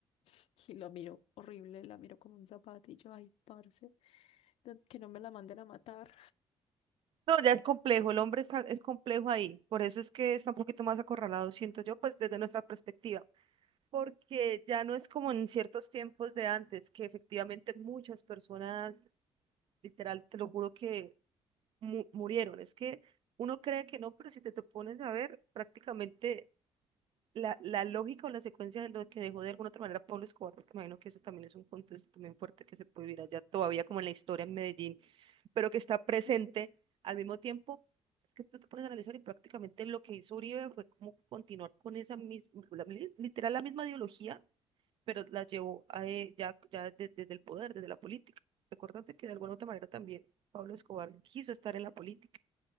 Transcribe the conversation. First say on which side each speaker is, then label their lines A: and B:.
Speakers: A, on the left (about 75°); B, on the right (about 60°).
A: <laughs> Y lo miró horrible, la miró como un zapato y yo, ay, parce, no- que no me la manden a matar.
B: No, ya es complejo, el hombre está, es complejo ahí, por eso es que está un poquito más acorralado, siento yo, pues desde nuestra perspectiva, porque ya no es como en ciertos tiempos de antes, que efectivamente muchas personas, literal, te lo juro que mu- murieron, es que uno cree que no, pero si te, te pones a ver prácticamente la, la lógica o la secuencia de lo que dejó de alguna otra manera Pablo Escobar, porque me imagino que eso también es un contexto también fuerte que se puede vivir allá todavía como en la historia en Medellín pero que está presente
A: Sí. <laughs>
B: al mismo tiempo. Es que tú te pones a analizar y prácticamente lo que hizo Uribe fue como continuar con esa misma, la- li- literal la misma ideología, pero la llevó a, eh, ya, ya de- desde, el poder, desde la política. Recuérdate que de alguna u otra manera también Pablo Escobar quiso estar en la política